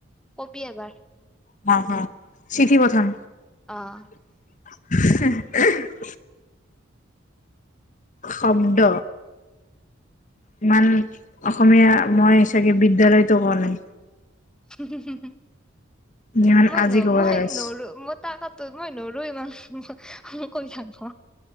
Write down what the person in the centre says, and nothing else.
কবি এবাৰ
অঁ।
উ হু হু হু
মইনো
মই
নৰো মই তাকত তত মই নৰো ইমান ম কৈ থাক <inaudible>